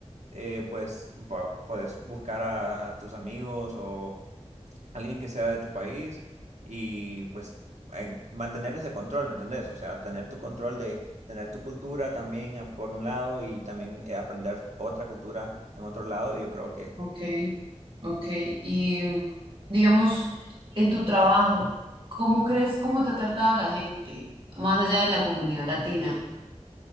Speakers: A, on the right; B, on the right.
A: eh, pues va- puedes buscar a, a tus amigos o, alguien que sea de tu país y pues eh, mantener ese control, ¿me entendés? O sea, tener tu control de tener tu cultura también ah, por un lado y también eh, aprender otra cultura en otro lado. Yo creo que
B: ok, ok. Y digamos, En tu trabajo, ¿cómo crees, cómo te ha tratado la gente, más allá de la comunidad latina?